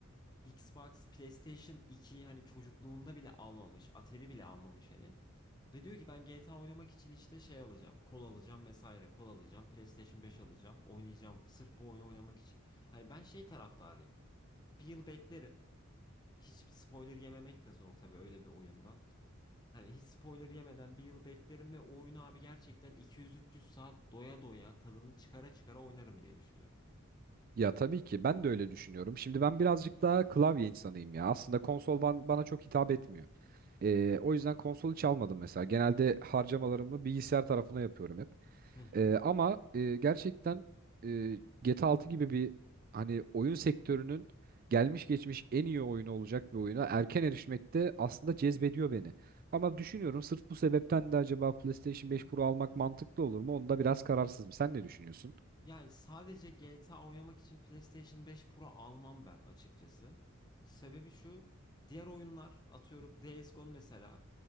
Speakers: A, on the left; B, on the right.
A: Xbox, PlayStation 2 hani çocukluğunda bile almamış. Atari bile almamış hani. Ve diyor ki ben GTA oynamak için işte şey alacağım. Kol alacağım vesaire. Kol alacağım. PlayStation 5 alacağım. Oynayacağım. Sırf bu oyunu oynamak için. Hani ben şey taraftarıyım. Bir yıl beklerim. Hiç spoiler yememek de zor tabii öyle bir oyundan. Hani hiç spoiler yemeden bir yıl beklerim ve o oyunu abi gerçekten 200-300 saat doya doya tadını çıkara çıkara oynarım diye düşünüyorum.
B: Ya tabii ki ben de öyle düşünüyorum. Şimdi ben birazcık daha klavye insanıyım ya. Aslında konsol ban- bana çok hitap etmiyor. E, o yüzden konsol hiç almadım mesela. Genelde harcamalarımı bilgisayar tarafına yapıyorum hep.
A: Hı hı.
B: Ee, ama e, gerçekten e, GTA 6 gibi bir hani oyun sektörünün gelmiş geçmiş en iyi oyunu olacak bir oyuna erken erişmek de aslında cezbediyor beni. Ama düşünüyorum sırf bu sebepten de acaba PlayStation 5 Pro almak mantıklı olur mu? Onda biraz kararsızım. Sen ne düşünüyorsun?
A: Yani sadece GTA oynamak için PlayStation 5 Pro almam ben açıkçası. Sebebi şu, diğer oyunlar atıyorum Days Gone mesela